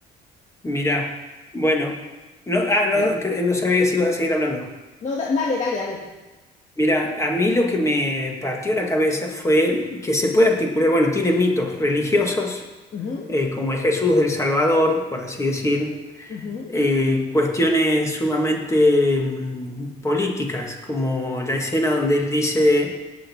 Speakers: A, on the left; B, on the left.
A: Mira, bueno, no, ah, no,
B: Dale.
A: cre- no sabía si ibas a seguir hablando.
B: No, da- dale, dale, dale.
A: Mira, a mí lo que me partió la cabeza fue que se puede articular, bueno, tiene mitos religiosos,
B: Ujú,
A: eh, como el Jesús del Salvador, por así decir,
B: ujú,
A: eh, cuestiones sumamente mm, políticas, como la escena donde él dice